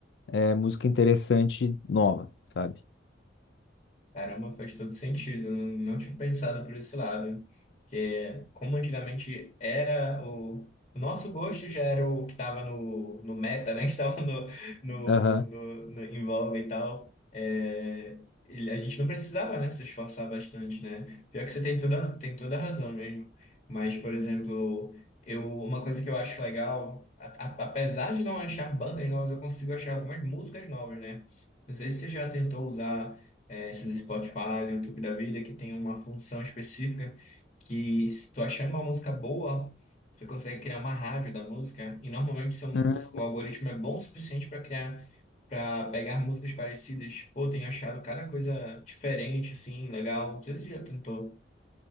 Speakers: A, on the left (about 70°); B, on the left (about 35°).
A: é, música interessante nova, sabe?
B: Caramba, faz todo sentido. Não, não tinha pensado por esse lado. que como antigamente era o, o nosso gosto já era o que estava no, no meta, né? <laughs> Que estava no, no,
A: Aham.
B: no, no- em voga e tal. É, e a gente não precisava, né, se esforçar bastante, né? Pior que você tem toda, tem toda a razão mesmo. Mas, por exemplo, eu, uma coisa que eu acho legal, a- a- apesar de não achar bandas novas, eu consigo achar algumas músicas novas, né? Não sei se você já tentou usar é, esses Spotify, YouTube da vida, que tem uma função específica que se tu achar uma música boa, você consegue criar uma rádio da música e normalmente são,
A: Hum.
B: o algoritmo é bom o suficiente para criar, para pegar músicas parecidas. Pô, tenho achado cada coisa diferente, assim, legal. Não sei se você já tentou.